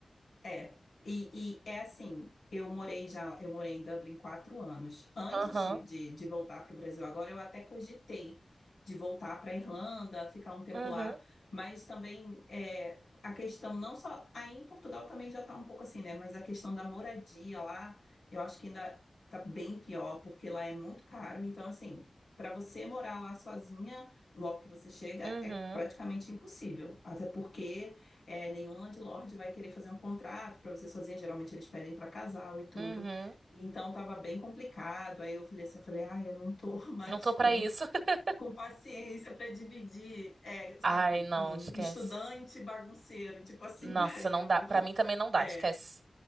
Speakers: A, on the left; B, on the right.
A: É, e, e é assim, eu morei já, eu morei em Dublin quatro anos. Antes
B: Aham.
A: de, de, de voltar para o Brasil agora, eu até cogitei de voltar para a Irlanda, ficar um tempo
B: Uhum.
A: lá, mas também é, a questão não só, aí em Portugal também já está um pouco assim, né? Mas a questão da moradia lá, eu acho que ainda está bem pior, porque lá é muito caro. Então, assim, para você morar lá sozinha, logo que você chega,
B: Uhum.
A: é praticamente impossível. Até porque é, nenhum landlord vai querer fazer um contrato para você sozinha, geralmente eles pedem para casal e tudo.
B: Uhum.
A: Então estava bem complicado. Aí eu falei assim, eu falei, ah eu não tô <laughs> mais
B: Não tô
A: com,
B: pra isso. <laughs>
A: com paciência para dividir, é, sabe,
B: Ai, não,
A: com
B: esquece.
A: estudante bagunceiro, tipo assim.
B: Nossa,
A: <laughs> Aí
B: não
A: eu,
B: dá. Pra mim também não dá,
A: é,
B: esquece.